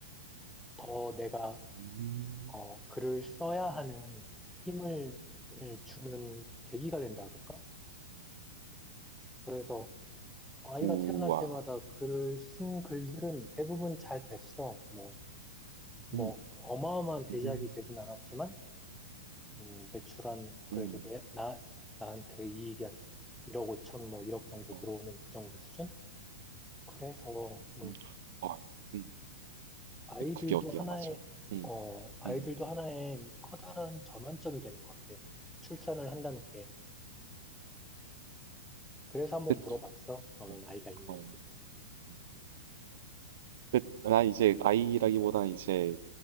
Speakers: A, in the centre; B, on the right.
A: 더 내가,
B: 음.
A: 어, 글을 써야 하는 힘을 을 주는 계기가 된다 그럴까?
B: 음.
A: 그래서 아이가
B: 우와.
A: 태어날 때마다 글을 쓴 글들은 대부분 잘 됐어. 뭐, 뭐,
B: 음.
A: 어마어마한 대작이
B: 음.
A: 되진 않았지만, 음, 매출한, 그래도
B: 음.
A: 내, 나, 나한테 이익이 한 1억 5천, 뭐, 1억 정도
B: 어.
A: 들어오는 그 정도 수준? 그래서, 음,
B: 음. 아유. 음.
A: 아이들도
B: 그게 어디야,
A: 하나의,
B: 맞아. 음.
A: 어, 아이들도
B: 음.
A: 하나의 커다란 전환점이 되는 것 같아. 출산을 한다는 게. 그래서 한번
B: 끝.
A: 물어봤어. 너는
B: 어.
A: 아이가 있는지.
B: 어. 음. 끝. 나 이제 아이라기보다는 이제